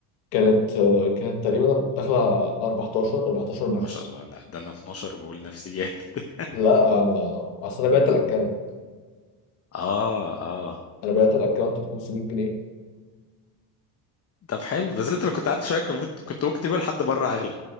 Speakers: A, on the left; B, on the left.
A: كانت آه، كانت تقريبا داخله على 14 14 ماكس
B: ما شاء الله لا ده انا 12 بقول نفسي جامد
A: لا انا اصل انا بعت الاكونت
B: <laughs> اه اه
A: انا بعت الاكونت ب 500 جنيه
B: طب حلو بس انت لو كنت قعدت شويه كان ممكن- كنت ممكن تبقى لحد بره اغلى